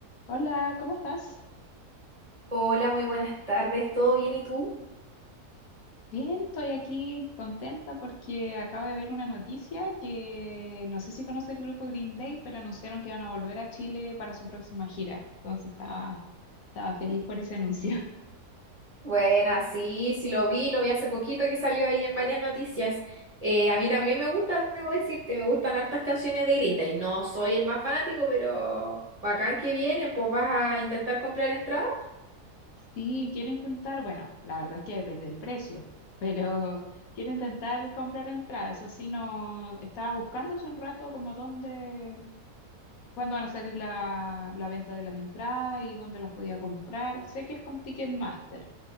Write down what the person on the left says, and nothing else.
Hola, ¿cómo estás?
Bien, estoy aquí contenta porque acabo de ver una noticia que no sé si conoce el grupo Green Day, pero anunciaron que iban a volver a Chile para su próxima gira. Entonces estaba, estaba feliz por ese anuncio. <laughs>
Sí, quiero intentar, bueno, la verdad es que depende del precio, pero quiero intentar comprar entrada. Eso sí, no estaba buscando hace un rato como dónde, cuándo van a salir la, la venta de las entradas y dónde las podía comprar. Sé que es con Ticketmaster.